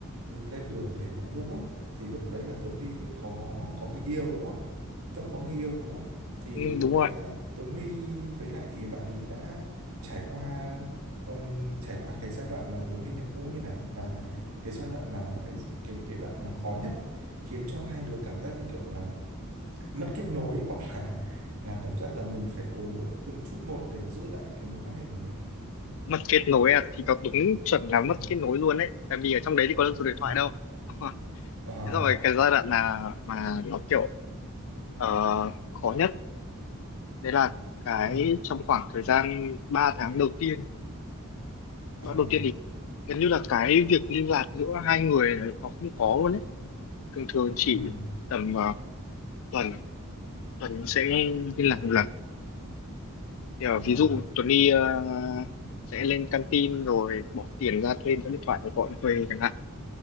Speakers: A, on the right (about 80°); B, on the left (about 65°).
A: lên đường để nhập ngũ ấy, thì lúc đấy là Tuấn Huy có có người yêu đúng không? Vẫn có người yêu đúng không? Thì
B: ừ,
A: lúc
B: đúng
A: đấy
B: rồi
A: là Tuấn Huy với lại bạn ấy đã trải qua um, trải qua cái giai đoạn mà Tuấn Huy nhập ngũ như nào và cái giai đoạn nào là cái cái cái đoạn mà khó nhất khiến cho hai đứa cảm giác như kiểu là mất kết nối <laughs> hoặc là là cảm giác là mình phải cố từng chút một để mà giữ lại cái mối quan hệ của mình.
B: mất kết nối à thì nó đúng chuẩn là
A: Ừ.
B: mất kết nối luôn đấy tại vì ở trong đấy thì có được số điện
A: Ừ.
B: thoại đâu <laughs> Đúng rồi.
A: Ờ.
B: thế rồi cái giai đoạn là mà nó kiểu ờ, khó nhất đấy là cái
A: Ừ.
B: trong khoảng thời gian 3 tháng đầu tiên
A: ờ
B: ba đầu tiên thì gần như là cái việc liên lạc giữa hai người này nó không có luôn ấy thường thường chỉ
A: ừ
B: tầm ờ, tuần tuần sẽ liên
A: ờ
B: lạc một lần thì, ờ,
A: ờ
B: ví dụ Tuấn đi ờ, sẽ lên căng tin rồi bỏ tiền ra thuê một điện thoại để gọi thuê chẳng hạn